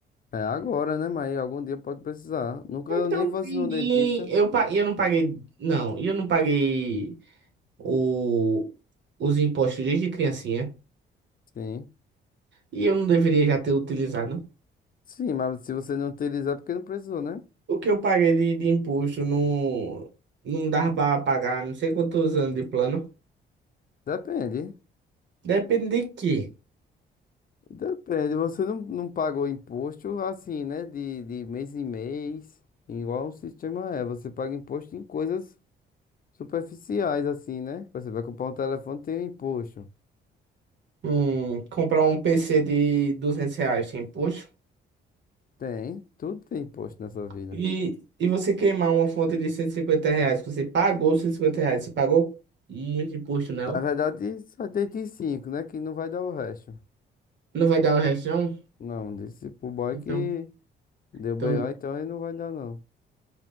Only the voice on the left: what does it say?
É agora, né? Mas algum dia pode precisar. Nunca
eu nem fosse
no dentista.
Sim.
Sim, mas se você não utilizar, é porque não precisou, né?
Depende.
Depende, você não, não paga o imposto assim, né? De, de mês em mês, igual o sistema é. Você paga imposto em coisas superficiais, assim, né? Você vai comprar um telefone, tem um imposto.
Tem, tudo tem imposto nessa vida.
Na verdade, só tem de cinco, né? Que não vai dar o resto.
Não, disse pro boy
que deu
BO, então ele não vai dar, não.